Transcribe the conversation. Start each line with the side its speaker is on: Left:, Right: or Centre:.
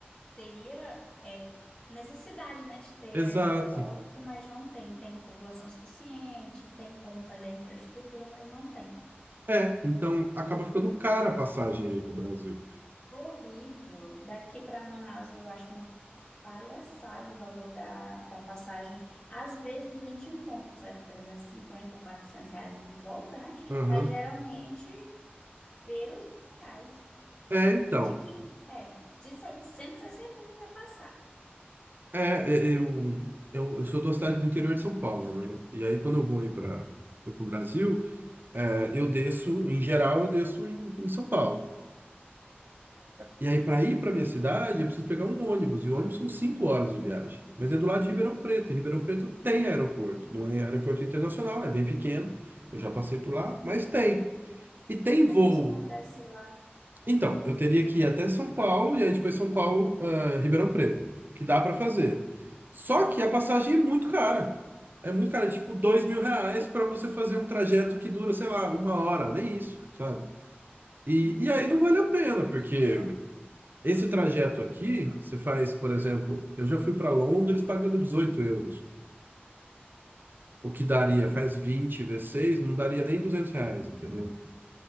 Left: teria é, necessidade, né, de ter
Right: exato.
Left: aeroporto, mas não tem. Tem população suficiente, tem como fazer a infraestrutura, mas não tem.
Right: É, então acaba ficando cara a passagem aí pro Brasil.
Left: Horrível. Daqui para Manaus eu acho uma palhaçada o valor da, da passagem. Às vezes a gente encontra passagem de trezentos e cinquenta quatrocentos reais e de volta, né?
Right: Aham.
Left: Mas geralmente beira os mil reais.
Right: É, então.
Left: De que? É, de 700 a certeza que vai passar.
Right: É, é, eu, eu, eu sou da cidade do interior de São Paulo, né? E aí, quando eu vou ir para o Brasil, é, eu desço, em geral, eu desço em, em São Paulo. E aí, para ir para minha cidade, eu preciso pegar um ônibus. E o ônibus são cinco horas de viagem. Mas é do lado de Ribeirão Preto. E Ribeirão Preto tem aeroporto. Não é aeroporto internacional, é bem pequeno. Eu já passei por lá, mas tem. E tem
Left: E por
Right: voo.
Left: que você não desce lá?
Right: Então, eu teria que ir até São Paulo e aí depois São Paulo, ah, Ribeirão Preto, que dá pra fazer. Só que a passagem é muito cara. É muito cara, tipo dois mil reais para você fazer um trajeto que dura, sei lá, uma hora, nem isso, sabe? E,
Left: Não,
Right: e aí não vale
Left: cara.
Right: a pena, porque esse trajeto aqui, você faz, por exemplo, eu já fui para Londres pagando 18 euros. O que daria, faz 20 vezes 6, não daria nem 200 reais, entendeu?